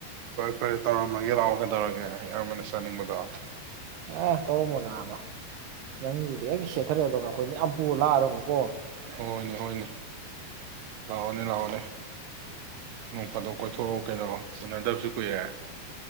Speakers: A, on the right (about 70°); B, on the right (about 85°).
A: ꯈꯣꯏꯗ ꯇꯧꯔꯝꯃꯒꯦ ꯂꯥꯛꯑꯣ ꯀꯩꯗꯧꯔꯒꯦ ꯏꯌꯥꯝꯕꯅ ꯆꯥꯅꯤꯡꯕꯗꯣ
B: ꯑ ꯇꯧꯔꯝꯃꯣ ꯅꯥꯕ ꯅꯪꯗꯨꯗ ꯍꯦꯛ <unintelligible> ꯑꯩꯈꯣꯏ ꯃꯌꯥꯝ ꯄꯨꯔ ꯂꯥꯛꯑꯗꯧꯅꯤꯀꯣ
A: ꯍꯣꯏꯅꯦ ꯍꯣꯏꯅꯦ ꯂꯥꯛꯑꯣꯅꯦ ꯂꯥꯛꯑꯣꯅꯦ ꯅꯣꯡ ꯐꯥꯗꯣꯛ ꯀꯣꯏꯊꯣꯔꯛꯑꯣ ꯀꯩꯅꯣ ꯎꯅꯗꯕꯁꯨ ꯀꯨꯏꯔꯦ